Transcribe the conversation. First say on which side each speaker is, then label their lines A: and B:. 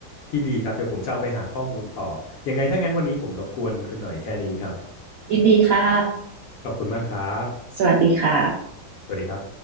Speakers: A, on the left; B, on the right.
A: ที่ดีครับเดี๋ยวผมจะเอาไปหาข้อมูลต่อยังไงถ้างั้นวันนี้ผมรบกวนคุณหน่อยแค่นี้ครับ
B: ยินดีค่ะ
A: ขอบคุณมากครับ
B: สวัสดีค่ะ
A: สวัสดีครับ